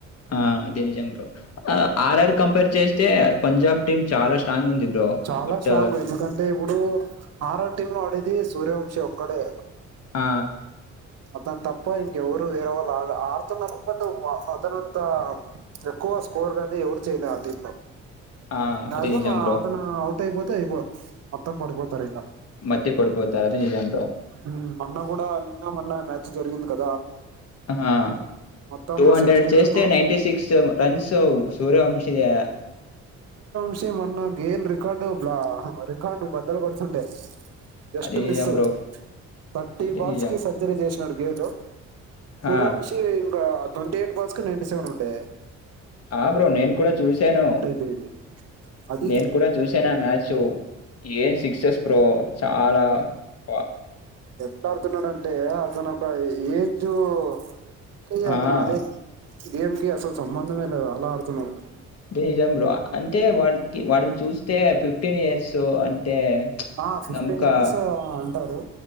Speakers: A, on the left (about 55°); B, on the right (about 55°).
A: ఆ అది నిజం బ్రొ ఆ ఆర్ఆర్ కంపేర్ చేస్తే పంజాబ్ టిమ్ చాలా స్ట్రాంగ్ ఉంది బ్రో.
B: చాలా
A: బట్
B: స్ట్రాంగు ఎందుకంటే ఇప్పుడు ఓ అర్ అర్ టీం వాడేది సూర్యవంశం ఒక్కడే
A: ఆ
B: అతన్ తప్ప ఇంకెవరు వేరే వాల్ వాల్ ఆడ్తున్నరు బట్ వ అతనంత ఎక్కువ స్కోర్ గాని ఎవరు చేయలే ఆ టీమ్ లో
A: ఆ!
B: రాజు
A: అది నిజం
B: మా
A: బ్రో.
B: అతను త్తైపోతే అయిపో మొత్తం పడిపోతారిగ
A: మత్తి పడిపోతారు. అది నిజం బ్రో.
B: మ్మ్ మొన్న గుడా నిమ్ నా మ్యాచ్ జరిగింది కద్
A: ఆ
B: మొత్తం
A: టుహండ్రెడ్
B: సెంచరీ
A: చేస్తే
B: వరకు
A: నైన్టిసిక్స్ రన్స్ సూర్యవంశీదె
B: వచ్చే మొన్న గేల్ రికార్డు బ్లా ఆ రికార్డు బద్దలు గొడుతుండే జస్ట్
A: అది నిజం
B: మిస్సు
A: బ్రో.
B: థర్టీ
A: అది
B: బాల్
A: నిజం.
B: స్కి సజ్జరీ జేస్నాడు ఏటో సూర్య
A: ఆ!
B: వంశీ ఇంకా ట్వంటీ ఎయిట్ బాల్స్కీ నైన్టీ సెవెన్ ఉండే
A: ఆ బ్రో నేన్ కుడా చూసాను
B: అయిపోయింది అది
A: నేను కూడా చూసానా మ్యాచు ఏం సిక్సెస్ బ్రో చాలా బ్బ
B: ఎత్తాడ్ అత్తున్నడంటే అతను అ ఏజూ ఓ గే చెయ్ అతను
A: ఆ!
B: ఆడి గేమ్ కి అసల్ సంబంధమే లేదు అలా ఆడుతున్నావు
A: డేజం బ్రొ అంటే వాడికి వాడిన్ చూస్తే ఫిఫ్ ఫిఫ్టీన్ ఇయర్సు అంటే ప్చ్
B: ఆ ఫిఫ్టీన్
A: నమ్కా
B: ఇయర్స్ అంటారు